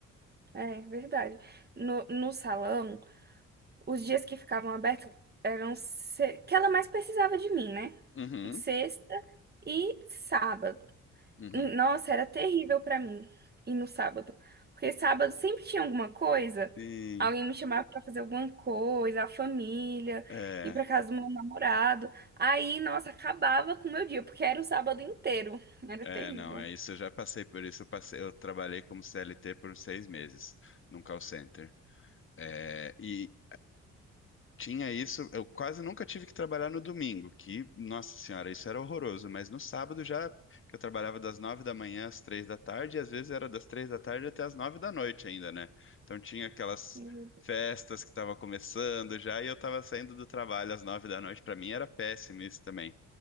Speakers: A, on the right; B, on the left.
A: É, verdade. No, no salão, os dias que ficavam abertos eram se... que ela mais precisava de mim, né?
B: Uhum,
A: sexta e sábado.
B: uhum.
A: Nossa, era terrível pra mim ir no sábado, porque sábado sempre tinha alguma coisa,
B: Sim,
A: alguém me chamava pra fazer alguma coisa, a família,
B: é.
A: ir pra casa do meu namorado. Aí, nossa, acabava com o meu dia, porque era o sábado inteiro. Era
B: É,
A: terrível.
B: não, é isso. Eu já passei por isso. Eu passei, eu trabalhei como CLT por seis meses num call center. É, e tinha isso, eu quase nunca tive que trabalhar no domingo, que, nossa senhora, isso era horroroso, mas no sábado já, que eu trabalhava das nove da manhã às três da tarde, e às vezes era das três da tarde até às nove da noite ainda, né? Então tinha aquelas
A: Meu Deus.
B: festas que estavam começando já, e eu estava saindo do trabalho às nove da noite, para mim era péssimo isso também.